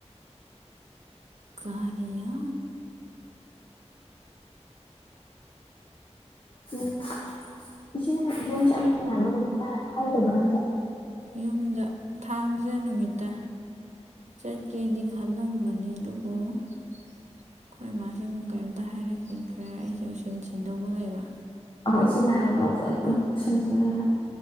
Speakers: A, on the right (about 80°); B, on the left (about 45°).
A: ꯀꯔꯤꯌ
B: ꯎꯝ ꯏꯆꯦꯅ ꯌꯨꯝ ꯆꯠꯅꯤꯡ ꯍꯥꯏꯕ ꯀꯩꯅꯣ ꯍꯥꯏꯗꯕ꯭ꯔꯥ ꯑꯝꯇ
A: ꯌꯨꯝꯗ ꯊꯥꯡꯖ ꯅꯨꯃꯤꯠꯇ ꯆꯠꯀꯦꯅꯤ ꯈꯜꯂꯝꯕꯅꯤ ꯗꯨꯕꯣ ꯑꯩꯈꯣꯏ ꯃꯥꯁꯦ ꯑꯃꯨꯛ ꯀꯔꯤꯝꯇ ꯍꯥꯏꯔꯛꯈꯤꯗ꯭ꯔꯦ ꯑꯩꯁꯦ ꯎꯁꯤꯟ ꯁꯤꯟꯗꯧꯕ ꯂꯩꯕ
B: ꯑꯈꯣꯏ ꯏꯆꯤꯅ ꯍꯥꯏꯕꯗꯣ ꯎꯁꯤꯟ ꯁꯤꯟꯅꯤꯅ